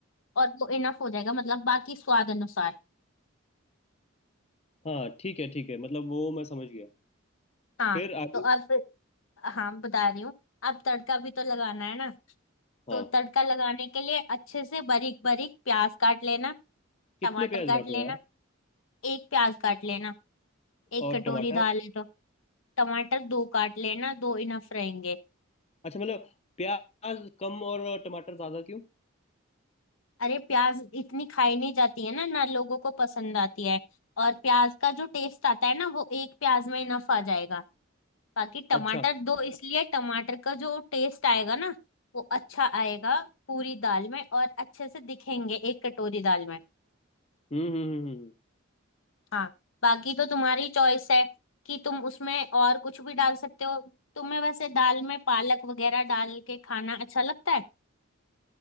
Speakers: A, on the left; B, on the left.
A: और वो इनफ हो जाएगा मतलब बाकी स्वाद अनुसार
B: हाँ ठीक है ठीक है मतलब वो मैं समझ गया
A: हाँ
B: फिर आगे
A: तो अब हाँ बता रही हूँ अब तड़का भी तो लगाना है ना
B: हाँ
A: तो तड़का लगाने के लिए अच्छे से बारीक बारीक प्याज काट लेना
B: कितने
A: टमाटर
B: प्याज
A: काट
B: काटो
A: लेना
B: यार
A: एक प्याज काट लेना एक
B: और
A: कटोरी
B: टमाटर
A: दाल है तो टमाटर दो काट लेना दो इनफ रहेंगे
B: अच्छा मतलब प्याज कम और टमाटर ज्यादा क्यों
A: अरे प्याज इतनी खाई नहीं जाती है ना ना लोगों को पसंद आती है और प्याज का जो टेस्ट आता है ना वो एक प्याज में इनफ आ जाएगा बाकी टमाटर
B: अच्छा
A: दो इसलिए टमाटर का जो टेस्ट आएगा ना वो अच्छा आएगा पूरी दाल में और अच्छे से दिखेंगे एक कटोरी दाल में
B: हम्म हम्म हम्म हम्म। हम्म।
A: हाँ बाकी तो तुम्हारी चॉइस है कि तुम उसमें और कुछ भी डाल सकते हो तुम्हें वैसे दाल में पालक वगैरह डाल के खाना अच्छा लगता है